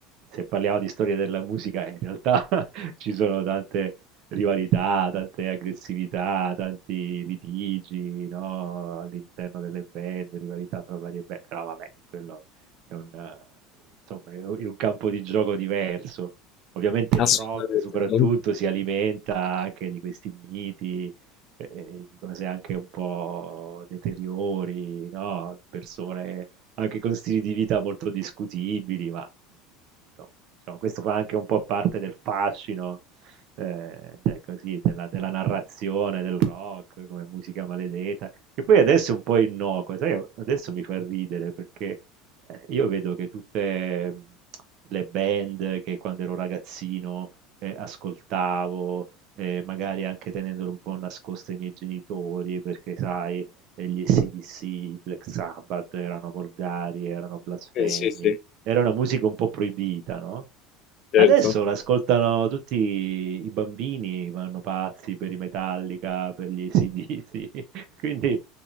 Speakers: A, on the right (about 60°); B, on the left (about 50°).
A: Se parliamo di storia della musica, in realtà <laughs> ci sono tante rivalità, tante aggressività, tanti litigi, no? All'interno delle band, rivalità fra varie band, però vabbè, quello è un, eh, insomma, è un è un campo di gioco diverso. Ovviamente
B: Assolutamente
A: il rock soprattutto
B: no.
A: si alimenta anche di questi miti, ehm, di cose anche un po' deteriori, no, persone anche con stili di vita molto discutibili, ma, mhmm, insomma, diciamo questo fa anche un po' parte del fascino, ehm, de così, della della narrazione del rock come musica maledeta, che poi adesso è un po' innocua, sai, adesso mi fa ridere perché, ehm, io vedo che tutte, mhmm le band che quando ero ragazzino eh, ascoltavo, eh, magari anche tenendole un po' nascoste ai miei genitori, perché sai, eh, gli AC/DC, i Black Sabbath erano volgari, erano blasfemi,
B: Eh, sì, sì,
A: era una musica un po' proibita, no?
B: certo.
A: Adesso l'ascoltano tutti i bambini, vanno pazzi per i Metallica, per gli AC/DC, <laughs> quindi